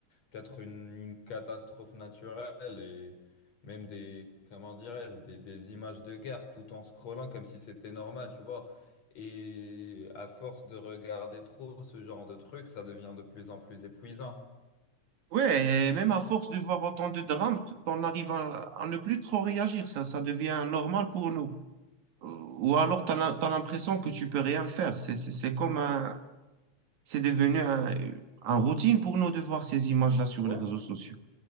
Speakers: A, on the left (about 60°); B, on the right (about 80°).
A: peut-être une, une catastrophe naturelle et même des, comment dirais-je, des, des images de guerre tout en scrollant comme si c'était normal, tu vois. Et à force de regarder trop ce genre de trucs, ça devient de plus en plus épuisant.
B: Ouais, et même à force de voir autant de drames, t- on arrive à, à ne plus trop réagir, ça, ça devient normal pour nous. Ou alors, tu as l'impression que tu peux rien faire. C'est c'est- c'est comme un, C'est devenu un, un routine pour nous de voir ces images-là sur
A: Ouais,
B: les réseaux sociaux.